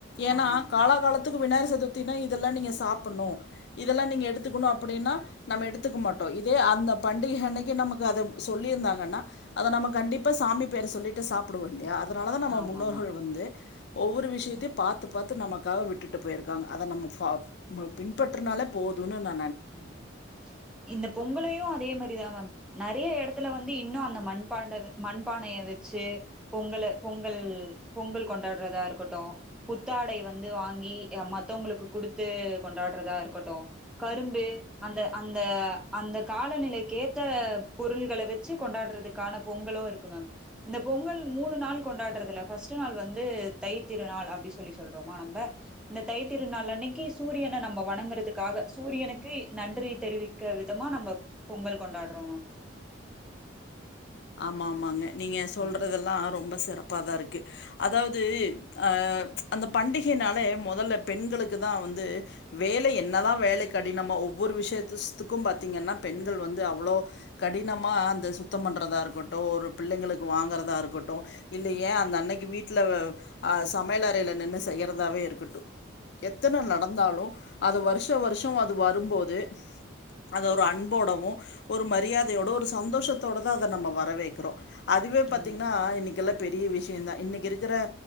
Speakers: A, on the left (about 55°); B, in the centre.
A: ஏனா
B: ஆமா மேம்
A: காலா காலத்துக்கு விநாயர் சதுர்த்தினா இதெல்லாமே நீங்க சாப்புட்னு இதெல்லா நீங்க எடுத்துக்குனு அப்டினா நம்ம எடுத்துக்க மாட்டோ இதே அந்த பண்டிகை அன்னைக்கு நமக்கு அத சொல்லிருந்தாங்கனா அத நம்ம கண்டிப்பா சாமி பேர சொல்லிட்டு சாப்டுவோம் இல்லயா அதனாலதா நம்ம
B: ஆமா
A: முன்னோர்கள்
B: மேம்
A: வந்து ஒவ்வொரு விஷ்யத்தையு பாத்து பாத்து நமக்காக விட்டுட்டு போயிருக்காங்க அத நம்ம ஃபா உம் பின்பற்றினாலே போதுன்னு நா
B: உம் இந்த பொங்கலையு அதே மாரி இதா மேம் நெறைய எடத்துல வந்து இன்னு அந்த மண்பாண்ட மண்பானைய வச்சு பொங்கல பொங்கல் பொங்கல் கொண்டாடுறதா இருக்கட்டும் புத்தாடை வந்து வாங்கி ஆ மத்தவங்களுக்கு குடுத்து கொண்டாடுறதா இருக்கட்டும் க கரும்பு அந்த அந்த அந்த காலநிலைக்கு ஏத்த பொருள்கள வச்சி கொண்டாடுறதுக்கான பொங்கலும் இருக்கு மேம் இந்த பொங்கல் மூணு நாள் கொண்டாடுறதுல்ல ஃபஸ்ட்டு நாள் வந்து தைத்திருநாள் அப்டி சொல்லி சொல்றோமா நம்ப இந்த தைத்திருநாள் அன்னைக்கி சூரியன நம்ப வணங்கறதுக்காக சூ சூரியனுக்கு நன்றிய தெரிவிக்க விதமா நம்ப பொங்கல் கொண்டாடுறோ மேம்
A: ஆமா ஆமாங்க நீங்க சொல்றதெல்லா
B: ம்
A: ரொம்ப ச சிறப்பா தா இருக்கு அதாவது ஆ அந்த பண்டிகைனாலே முதல்ல பெண்களுக்கு தா வந்து வேலை என்னதா வேலை கடினமா ஒவ்வொரு விஷயத்துத்துக்கும் பாத்தீங்கன்னா பெண்கள் வந்து அவ்ளோ கடினமா அந்த சுத்தம் பண்ணுறதா இரு கோட்டோ ஒரு பிள்ளைங்களுக்கு வாங்கறதா இருக்கட்டும் இல்ல ஏய் அந்த அன்னைக்கி வீட்ல ஆ சமையல் அறையில நின்னு செய்யறதாவே இருக்கட்டு எத்தன நடந்தாலு அது வருஷ வருஷம் அது வரும்போது அத ஒரு அன்போடவு ஒரு மரியாதையோடவு ஒரு சந்தோஷத்தோட தா அத நம்ம வ க்கவே இருக்கும் அதுவே பாத்தீங்கன்னா
B: ம்
A: இன்னிக்கி எல்லா பெரிய விஷயம்தா இன்னைக்கி இருக்கிற